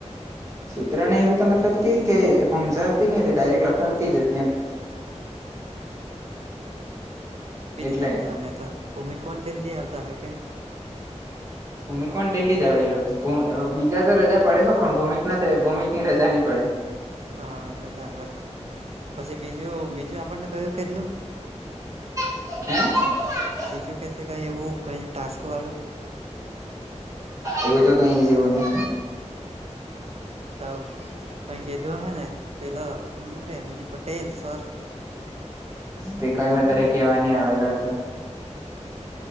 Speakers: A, on the right (about 25°); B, on the right (about 60°).
A: સૂત્ર ને એવું તો મતલબ કે કે સમજાવતી ની હતી ડાયરેક્ટ લખાવતી જ હતી એમ.
B: હ એક બી ની
A: એટલે
B: લખેલા મેં તો ભૂમિ કોણ દિલ્લી આવતા હોય કે.
A: ભૂમિકોન દિલ્હી જ આવે એ લોકો બીજા તો રજા પડે હ પણ ભૂમિક ભૂમિકની રજા ની પડે.
B: હા તો આવે પસી બીજું બીજું આપણને કયું કિધલું
A: હે
B: બીજું કથે કઈ એવું કઈ ટાસ્ક વાળું.
A: એવું તો કઈ ઈ જ જોયું ની
B: તો કઈ કહેધું હ ને પેલો હું નામ રે એમજી પટેલ સર.
A: તે કઈ વધારે કેવા ની આવેલો હતો.